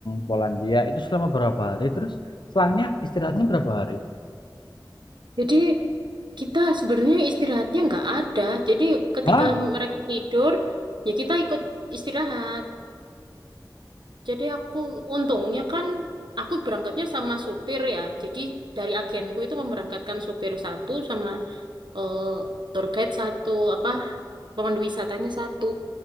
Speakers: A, on the left (about 75°); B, on the right (about 75°).
A: Polandia itu selama berapa hari? Terus selangnya istirahatnya berapa hari?
B: Jadi kita sebenarnya istirahatnya nggak ada. Jadi ketika
A: Hah?
B: mereka tidur, ya kita ikut istirahat. Jadi aku untungnya kan aku berangkatnya sama supir ya. Jadi dari agenku itu memberangkatkan supir satu sama eh, tour guide satu apa pemandu wisatanya satu.